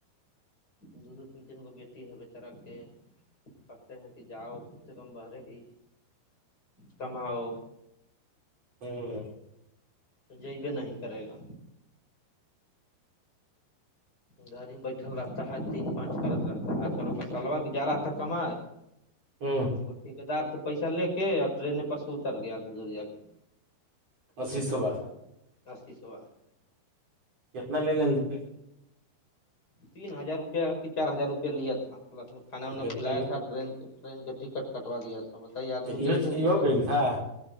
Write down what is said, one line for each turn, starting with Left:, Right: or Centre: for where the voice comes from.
Left: دو دو تین تین گو بیٹی ہے بیچارا کے کہتے ہیں کہ جاؤ کم سے کم برے بھی کماؤ
Right: ہوں
Left: تو جی بھی نہیں کرے گا گھر ہی بیٹھل رہتا ہے تین پانچ کرت رہتا ہےج کل کا طلبا جا رہا تھا کمائے <inaudible>
Right: ہوں
Left: وہ ٹھے دار سے پیسہ لے کے اور ٹرین پر سے اتر گیا تھا زوریا کے
Right: اشی سوبا
Left: است سوا
Right: جت ملےلدے
Left: تین ہزار روپیہ چار ہزار روپیہ لیا تھا پلس میں کھانا وا
Right: بتائیے
Left: کھلایا تھا ٹرین کے ٹرین کا ٹکٹ کٹوا دیا تھا بتائیے آدمی
Right: یہ
Left: کیسیے
Right: یہ
Left: نس
Right: ہو گئی تھا